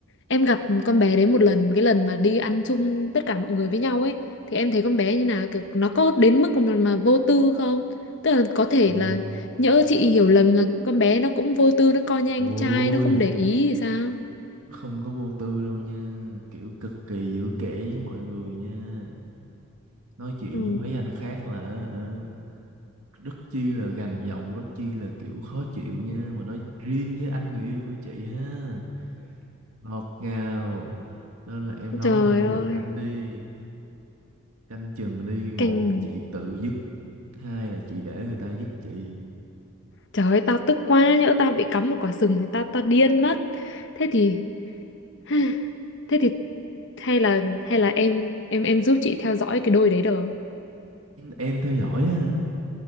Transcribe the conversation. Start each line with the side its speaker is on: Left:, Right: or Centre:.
Left: em gặp con bé đấy một lần cái lần mà đi ăn chung tất cả mọi người với nhau ấy thì em thấy con bé như nào kiểu nó có đến mức mà, mà vô tư không tức là có thể
Right: em
Left: là nhỡ chị hiểu lầm là con bé nó cũng vô tư nó coi như anh
Right: ôi
Left: trai nó không để ý thì sao
Right: không có vô tư đâu nha kiểu cực kỳ giữ kẽ với mọi người nha nói chuyện
Left: Ừ,
Right: với mấy anh khác là hả, rất chi là gằn giọng rất chi là kiểu khó chịu nha mà nói riêng với anh người yêu của chị ha ngọt ngào nên là em nói
Left: trời
Right: là bây
Left: ơi
Right: giờ canh đi canh chừng đi một
Left: kinh
Right: là chị tự dứt hai là chị để người ta dứt chị
Left: trời ơi tao tức quá nhỡ tao bị cắm một quả sừng thì tao tao điên mất thế thì <sighs> thế thì hay là hay là em em em giúp chị theo dõi cái đôi đấy được không
Right: em theo dõi á hả